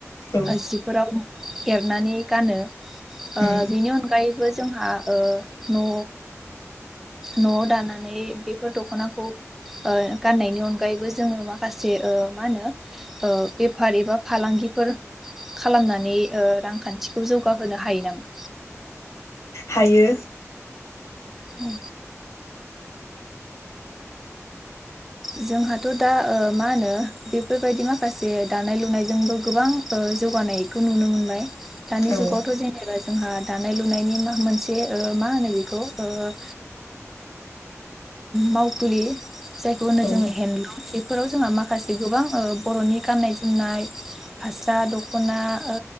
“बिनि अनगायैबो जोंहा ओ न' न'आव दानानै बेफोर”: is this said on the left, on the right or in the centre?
Centre